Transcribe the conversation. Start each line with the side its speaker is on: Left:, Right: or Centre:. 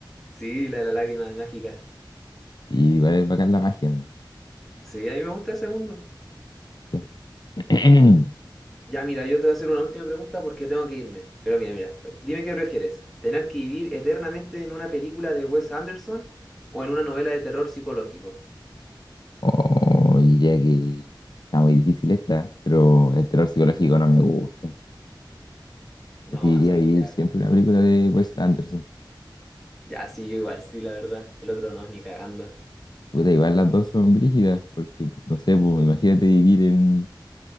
Centre: Sí, la de la lágrima mágica.
Left: Y va a bacán la magia. man.
Centre: Sí, a mí me gusta ese mundo.
Left: Ya. <clears throat>
Centre: Ya, mira, yo te voy a hacer una última pregunta porque tengo que irme. Pero mira, mira, dime qué prefieres. ¿Tener que vivir eternamente en una película de Wes Anderson o en una novela de terror psicológico?
Left: Oh, diría que está muy difícil esta, pero el terror psicológico no me gusta.
Centre: No,
Left: Preferiría
Centre: soy
Left: vivir
Centre: que...
Left: siempre una película de Wes Anderson.
Centre: Ya, sí, yo igual, sí, la verdad. El otro no, ni cagando.
Left: Puta, igual las dos son brígidas, porque no sé, pues, imagínate vivir en,